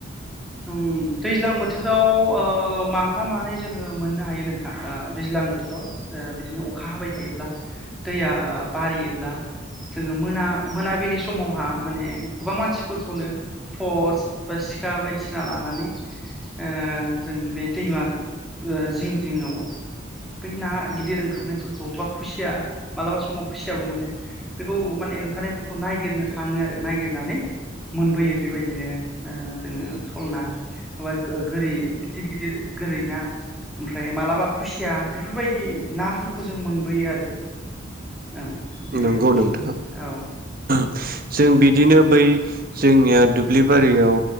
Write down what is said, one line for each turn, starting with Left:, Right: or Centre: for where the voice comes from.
Centre: ओं दैज्लां बोथोर <unintelligible> ओ माफा मानै जोङो मोननो हायो नोंथां, ओ दैज्लां बोथोराव ओ बिदिनो अखा हाबाय थायोब्ला दैया ओ बारियोब्ला जोङो मोना। मोनाबिलि समावहा माने गोबां मानसिफोरखौनो स बा सिखा बायदिस ना लानानै, ओ जों बे दैमा ओ जिं जिङाव, बै ना गिदिर ओंखारनायफोरखौ बा खुसिया मालाबा समाव खुसियाबो मोनो। बेखौ माने ओंखारनायफोरखौ नायगिरनो थाङो आरो, नायगिरनानै मोनबोयो बेबायदिनो ओ जोङो। <unintelligible> ना <unintelligible> गो गोरि गिदिर गिदिर गोरै ना। ओमफ्राय मालाबा खुसिया, बेफोरबायदि नाफोरखौ जों मोनबोयो आरो। औ बेबायदिनो
Right: नंगौ नोंथां
Centre: औ।
Right: जों बिदिनो बै जोंनिया दुब्लि बारियाव